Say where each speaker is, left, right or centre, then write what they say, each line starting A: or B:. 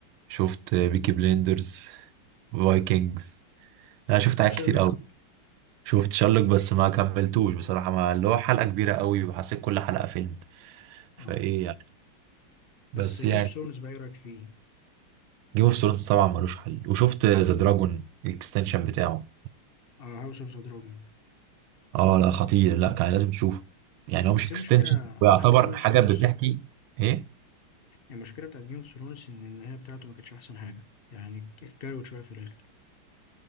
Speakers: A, on the right; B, on the left.
A: شفت بيكي بليندرز فايكنجز انا شفت
B: شفت
A: حاجات
B: شيرلوك؟
A: كتير قوي شفت شارلوك بس ما كملتوش بصراحة ما اللي هو حلقة كبيرة قوي وحسيت كل حلقة فيلم
B: اه
A: فايه يعني
B: بس
A: بس
B: جيم
A: يعني
B: اوف ثرونز بقى ايه رأيك فيه؟
A: جيم اوف ثرونز طبعا ملوش حل وشفت ذا دراجون الاكستنشن بتاعه
B: اه هاوس اوف ذا دراجون
A: اه لا خطير لا كان لازم تشوفه يعني هو مش
B: بس
A: اكستنشن
B: هي مشكلة
A: ويعتبر
B: مشكلة جيم اوف
A: حاجة
B: ثرونز
A: بتحكي ايه
B: المشكلة بتاعت جيم اوف ثرونز إن النهاية بتاعته ما كانتش أحسن حاجة يعني اتكروت شوية في الآخر